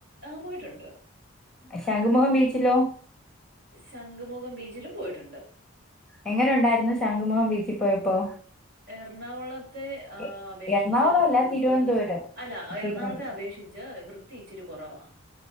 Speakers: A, on the right; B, in the centre.
A: ആ പോയിട്ടുണ്ട്
B: ശംഖുമുഖം ബീച്ചിലോ
A: ശംഖുമുഖം ബീച്ചിലും പോയിട്ടുണ്ട്
B: എങ്ങനൊണ്ടായിരുന്നു ശംഖുമുഖം ബീച്ചി പോയപ്പോ
A: എറണാകുളത്തെ ആ
B: എ-
A: അപേക്ഷിച്ച്
B: എറണാകുളം അല്ല തിരുവനന്തപുരം
A: കൊറച്ച് അല്ല എറണാകുളത്തെ
B: തിരുവനന്തപുരം
A: അപേക്ഷിച്ച് വൃത്തി ഇച്ചിരി കൊറവാ